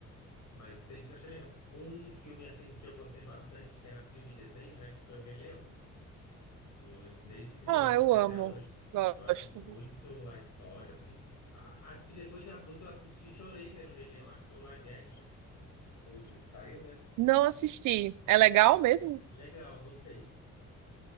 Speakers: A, on the left; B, on the right.
A: Mas sempre achei legal. Um filme assim que eu gostei bastante, que era filme e desenho, né? Que foi o Rei Leão. Tipo, eu lembro desde criança,
B: Ah, eu
A: assim, até
B: amo.
A: hoje.
B: Gosto.
A: Eu acho muito a história, assim. A- acho que depois de adulto eu assisti e chorei vendo o Rei Leão. Acho que foi o live action, o último que saiu, né?
B: Não assisti. É legal mesmo?
A: Legal, gostei.